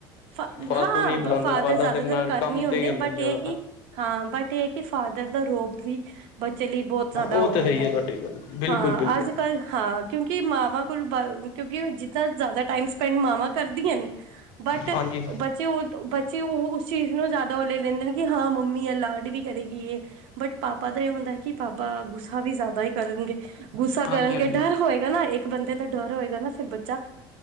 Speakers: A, on the right; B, on the left.
A: ਫ਼ਾ
B: ਫਾਲਤੂ
A: ਹਾਂ,
B: ਨਹੀਂ ਬੁਲਾਉਂਦੇ
A: ਫਾਦਰ ਜ਼ਿਆਦਾਤਰ
B: ਦੇ ਨਾਲ
A: ਘਰ
B: ਕੰਮ
A: ਨੀ ਹੁੰਦੇ
B: ਤੇ ਹੀ
A: ਬਟ
B: ਨੇ ਜ਼ਿਆਦਾਤਰ
A: ਏ ਹੈ ਕਿ ਹਾਂ ਬਟ ਏ ਹੈ ਕਿ ਫਾਦਰ ਦਾ ਰੋਬ ਵੀ ਬੱਚੇ ਲਈ ਬੋਤ ਜਾਦਾ
B: ਉਹ
A: ਓ
B: ਤੇ
A: ਹੁੰਦਾ
B: ਸਹੀ ਹੈ ਤੁਹਾਡੀ ਗੱਲ ਬਿਲਕੁਲ
A: ਹਾਂ
B: ਬਿਲਕੁਲ
A: ਅੱਜ ਕੱਲ ਹਾਂ ਕਿਉਂਕਿ ਮਾਵਾਂ ਕੋਲ ਬਲ ਕਿਉਂਕਿ ਜਿਤਨਾ ਜਾਦਾ ਟਾਈਮ ਸਪੈਂਡ ਮਾਵਾਂ ਕਰਦੀਅਨ ਬਟ
B: ਹਾਂਜੀ
A: ਬੱਚੇ ਓ ਬੱਚੇ ਓ ਉਸ ਚੀਜ਼ ਨੂੰ ਜਾਦਾ ਓ ਲੈ ਲੈਂਦੇ ਨ। ਕਿ ਹਾਂ ਮੰਮੀ ਅ ਲਾਡ ਵੀ ਕਰੇਗੀ ਬਟ ਪਾਪਾ ਦਾ ਏ ਹੁੰਦਾ ਕਿ ਪਾਪਾ ਗੁੱਸੇ ਸਾ ਵੀ ਜਾਦਾ ਈ ਕਰਨਗੇ ਗੁੱਸਾ
B: ਹਾਂਜੀ
A: ਕਰਨਗੇ
B: ਹਾਂਜੀ
A: ਡਰ ਹੋਏਗਾ ਨਾ ਇੱਕ ਬੰਦੇ ਦਾ ਡਰ ਹੋਏਗਾ ਨਾ ਫੇਰ ਬੱਚਾ